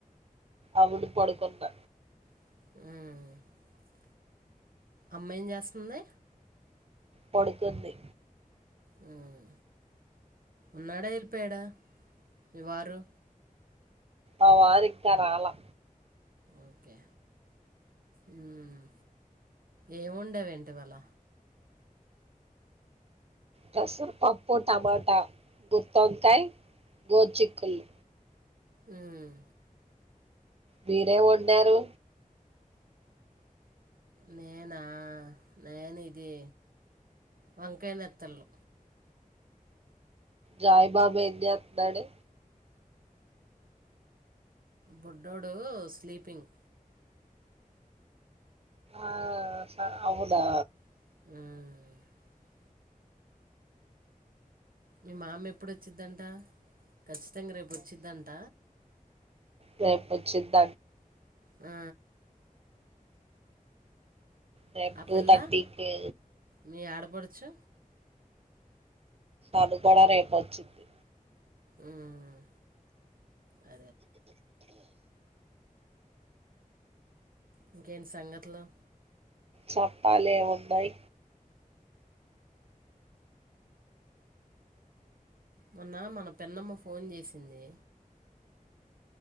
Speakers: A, on the right (about 45°); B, on the right (about 85°).
A: అవును పడుకున్న
B: ఉమ్ అమ్మ ఏం చేస్తాంది
A: పడుకుంది
B: ఉమ్ ఉన్నాడా వెళ్ళిపోయాడా మీ వారు
A: అ వారూ ఇంకా రాలే
B: ఓకే ఉమ్ ఏం వండవ్ వేంటి ఇవాళ
A: పసర పప్పు టమాటా గుతోంకాయ్ గోచిక్కులు
B: ఉమ్
A: మీరేమ్ వండారు
B: నేనా నేను ఇది వంకయ్ నెత్తళు
A: జయిబాబు ఏంచేస్తున్నాడు
B: బొడ్డోడు స్లీపింగ్
A: ఆ నా అవుదా
B: ఉమ్ మీ మామ ఎప్పుడోచ్చిద్దంట ఖచ్చితంగా రేపు వచ్చిద్దంట
A: రేపు వచ్చిదంట
B: ఆ
A: రేప్
B: ఆ
A: టూ
B: పిల్ల
A: తర్టీకి
B: మీ ఆడపడచు
A: అది కూడా కూడా రేపు వచ్చిది
B: ఉమ్మ్ హు ఇంకేటి సంగతులు
A: చెప్పాలే ఏం ఉన్నాయి
B: మొన్న మన పిన్నమ్మ ఫోన్ చేసింది